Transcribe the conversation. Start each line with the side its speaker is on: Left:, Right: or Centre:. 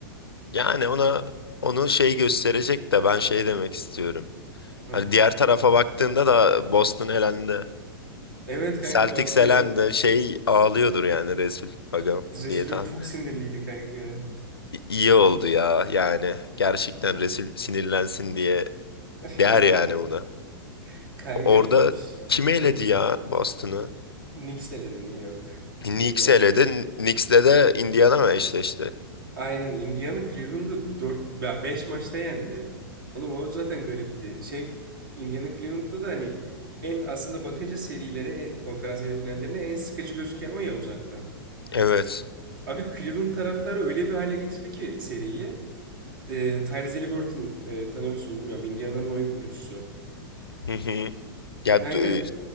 Left: Yani ona onu şey gösterecek de ben şey demek istiyorum.
Right: Hı.
Left: Hani diğer tarafa baktığında da Boston elendi.
Right: Evet kanka
Left: Celtics
Right: Boston
Left: elendi.
Right: elendi.
Left: Şey ağlıyordur yani Resul Agam
Right: Resulüm
Left: diye tahmin
Right: çok
Left: ediyorum.
Right: sinirliydi kanka.
Left: İ- İyi oldu ya yani. Gerçekten Resul sinirlensin diye
Right: <laughs>
Left: der yani buna.
Right: Kanka
Left: Orada
Right: pş,
Left: kim eledi
Right: hı.
Left: ya Boston'ı?
Right: Knicks eledi New York.
Left: Knicks
Right: New York.
Left: eledi. Knicks'le de Indiana mı eşleşti?
Right: Aynen Indiana Cleveland'ı 4 5 maçta yendi. Oğlum o zaten garipti. Şey Indiana Cleveland'da da hani en aslında bakınca serilere, e, konferans yarı finallerine en sıkıcı gözüken o ya uzaktan.
Left: Evet.
Right: Abi Cleveland taraftarı öyle bir hale getirdi ki seriyi. E, Tyrese Haliburton e, tanıyor musun bilmiyorum. Indiana'nın oyun kurucusu.
Left: <laughs> Ya
Right: Kanka
Left: d-